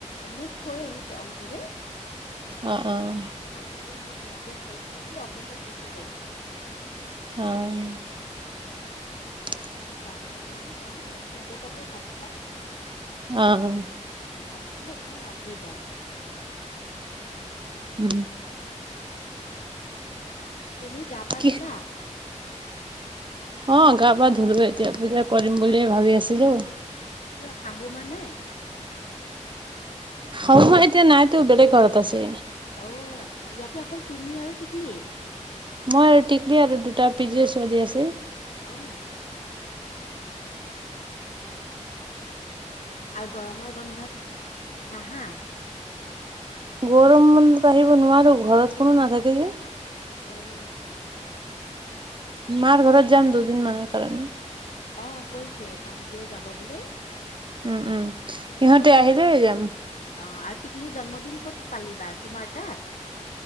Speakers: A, on the left; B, on the right.
A: মোক থৈ আহিছে অংকুৰে
B: অ', অ',
A: অংকুৰে মোক ইয়াতে থৈ পেলাই সি অফিচত গুচি গ'ল।
B: অ'।
A: তাৰ পাছত আৰু যাম আৰু সিহঁতৰ তাতে ভাত খাম।
B: অ', অ'।
A: ভাত খাই একদম ৰাতি যাম।
B: উম।
A: তুমি গা পা
B: কি
A: ধুলা?
B: অ', গা পা ধুলো এতিয়া পূজা কৰিম বুলিয়ে ভাবি আছিলো।
A: কিয় শাহু মা নাই?
B: শাহুমা এতিয়া নাইতো বেলেগ ঘৰত আছে।
A: অ' আচ্ছা ইয়াতে অকল তুমি আৰু টিকলি।
B: মই আৰু টিকলি আৰু দুটা পি জিৰ' ছোৱালী আছে।
A: আহ আচ্ছা। আৰু গৰমৰ বন্ধত নাহা।
B: গৰম বন্ধত আহিব নোৱাৰো, ঘৰত কোনো নাথাকে যে।
A: অ' আচ্ছা।
B: মাৰ ঘৰত যাম দুদিন মানৰ কাৰণে।
A: অ', কৈছে তাহাঁতিও যাব বোলে।
B: উম, উম
A: আকৌ
B: ইহঁতে আহিলেই যাম।
A: অ আৰু টিকলি জন্মদিন ক'ত পালিবা? তোমাৰ তাত?